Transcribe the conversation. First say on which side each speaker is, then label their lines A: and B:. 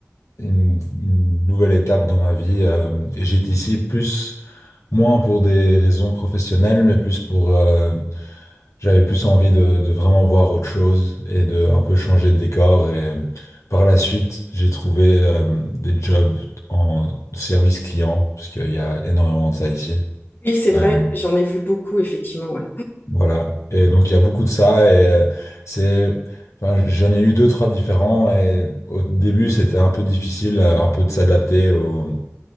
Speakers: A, on the left; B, on the left.
A: une, une nouvelle étape dans ma vie. euh, et j'étais ici plus, moins pour des raisons professionnelles, mais plus pour, euh, j'avais plus envie de, de vraiment voir autre chose et de un peu changer de décor. Et par la suite, j'ai trouvé euh, des jobs en service client, parce qu'il y a énormément de ça ici.
B: Oui, c'est vrai,
A: Euh,
B: j'en ai vu beaucoup, effectivement, ouais.
A: Voilà. Et donc, il y a beaucoup de ça. Et euh, c'est, enfin, j'en ai eu deux, trois différents. Et au début, c'était un peu difficile, euh, un peu de s'adapter au-